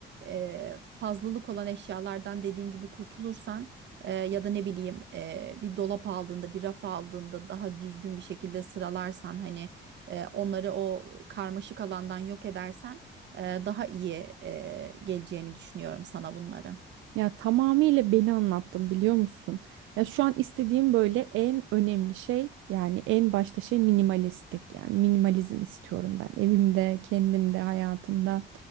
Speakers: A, on the right; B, on the right.
A: e, fazlalık olan eşyalardan dediğin gibi kurtulursan e, ya da ne bileyim e, bir dolap aldığında bir raf aldığında daha düzgün bir şekilde sıralarsan hani e, onları o karmaşık alandan yok edersen e, daha iyi e, geleceğini düşünüyorum sana bunları.
B: Ya tamamıyla beni anlattın biliyor musun? Ya şu an istediğim böyle en önemli şey yani en başta şey minimalistik yani minimalizm istiyorum ben evimde, kendimde, hayatımda.